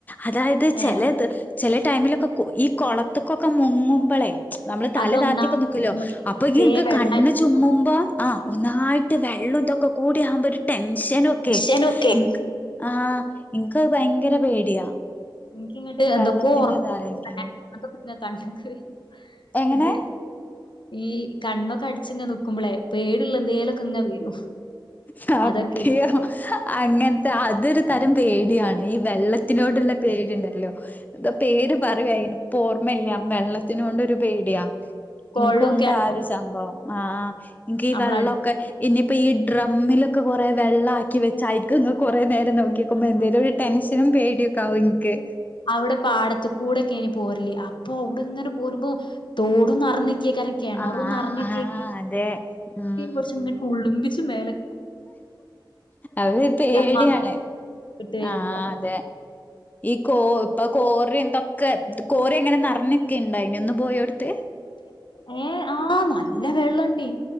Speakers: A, on the left; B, on the left.
A: അതായത് ചെലെ
B: ഏഹ്
A: ത് ചെലെ ടൈമിലൊക്കെ കൊ ഈ കുളത്ത്ക്കൊക്കെ മുങ്ങുമ്പളേ എംച് നമ്മള് തല
B: അതൊന്നാമത്
A: താത്തിയൊക്കെ നിക്കൊല്ലോ
B: നമ്മൾക്ക്
A: അപ്പെയ്ക്ക്
B: തീരെ
A: ൻക്
B: വെള്ളായിട്ട്
A: കണ്ണ് ചുമ്മുമ്പോ
B: ബന്ധല്ല
A: ആഹ് ഒന്നായിട്ട് വെള്ളോ തൊക്കെ കൂടിയാമ്പോര് ടെൻ ൻഷനു ഒക്കെ
B: മിഷനൊക്കെ
A: ഇൻക്ക് ആ ഇനിക്ക് ഭയങ്കര പേടിയാ
B: എനിക്കിങ്ങട്ട് എന്തൊക്ക
A: വെള്ളത്തിന്റെ
B: ഒറ <unintelligible>
A: ഇതാലോയ്ക്കുമ്പോ
B: കണ്ണ്ക്ക്
A: എങ്ങനെ
B: ഇത് ഈ കണ്ണൊക്കട്ച്ചങ്ങെ നിക്കുമ്പളേ പേടിള്ളെന്തേലൊക്കെങ്ങെ വെരും
A: സത്യം
B: അതൊക്കെ
A: അങ്ങനത്തെ അതൊരു തരം പേടിയാണ് ഈ വെള്ളത്തിനോടുള്ള പേടിണ്ടല്ലോ എന്താ പേര് പറയു അയിന്പ്പോർമ്മല്ല്യാ വെള്ളത്തിനോ ടൊരു പേടിയാ
B: കൊളോം
A: ഇൻക്കുണ്ട്
B: കെണറും
A: ആ ഒരു സംഭവം ആഹ് ഇന്കി
B: നമ്മളടുത്ത്
A: വെള്ളൊക്കെ ഇനി ഇപ്പൊ ഈ ഡ്രമ്മിലൊക്കെ കൊറേ വെള്ളാക്കി വെച്ചായിക്ക്ങ്ങ് കൊറേ നേരന്നോക്കിക്കുമ്പോ
B: ഞാൻ
A: എന്തേലു
B: പണ്ട്
A: ഒരു ടെൻഷനും പേടിയൊക്കാവു ഇൻക്ക്
B: അവടെപ്പാടത്ത്ക്കൂടൊക്കേനി പോര്ല് അപ്പൊ അഉടെ ങ്ങനെ പോരുമ്പോ തോടും നറന്ന് കേക്കാര കെണറുന്നർഞ്ഞി
A: ആഹ് അതെ ഉം
B: <unintelligible> മ്മേലെ
A: അത് പേടിയാണ്
B: മദ്രസ വിട്ട് വരുമ്പോ.
A: ആഹ് അതെ ഈകോ ഓ ഇപ്പൊ കോറി എന്തൊക്കെ കോറി എങ്ങനെ നിറഞ്ഞൊക്കെ ണ്ടായിനോ ഇന്ന് പോയോട്ത്?
B: ഏഹ് ആഹ് നല്ല വെള്ളണ്ട്.